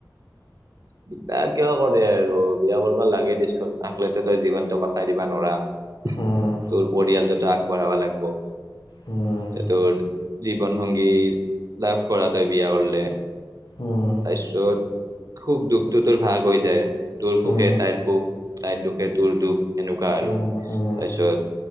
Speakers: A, on the right; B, on the left.
A: বিয়া কিয় কৰে আৰু বিয়া কৰিবা লাগে দেচোন আকলেতে তই জীৱনতটো কটাই দিবা নৰা তোৰ
B: উম
A: পৰিয়ালটোতো আগবঢ়াবা লাগিব
B: উম
A: তে তোৰ জীৱন সংংগী লাভ কৰা তাই বিয়া কৰিলে
B: উম
A: তাৰপিছত সুখ দুখটো তোৰ ভাগ হৈ যায় তোৰ সুখে
B: উম
A: তাইৰ সুখ তাইৰ দুখে তোৰ দুখ এনেকুৱা আৰু
B: উম
A: তাৰপিছত
B: উম